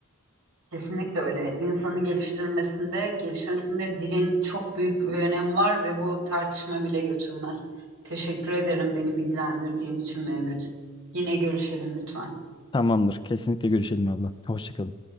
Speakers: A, on the right; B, on the left.
A: Kesinlikle öyle. İnsanı geliştirmesinde, gelişmesinde dilin çok büyük bir önemi var ve bu tartışma bile götürmez. Teşekkür ederim beni bilgilendirdiğin için Mevlüt. Yine görüşelim lütfen.
B: Tamamdır. Kesinlikle görüşelim abla. Hoşça kalın.